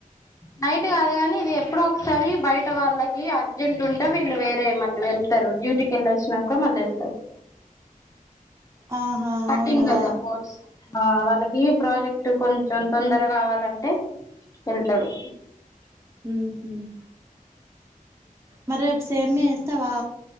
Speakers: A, on the left (about 20°); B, on the right (about 20°).
A: నైట్ కాదు కాని ఇది ఎప్పుడో ఒకసారి బయట వాళ్ళకి అర్జెంట్ ఉంటే వీళ్ళు వేరే మళ్ళీ వెళ్తారు డ్యూటీకి వెళ్ళొ వచ్చినాకో మళ్ళీ వెళ్తారు
B: ఆహా
A: కటింగ్
B: అవునా
A: కదా బోట్స్ ఆ వాళ్ళకి ప్రాజెక్ట్ కొంచెం తొందర కావాలంటే వెళ్తాడు
B: మ్మ్ హ్మ్ మరి సేమియా చేస్తావా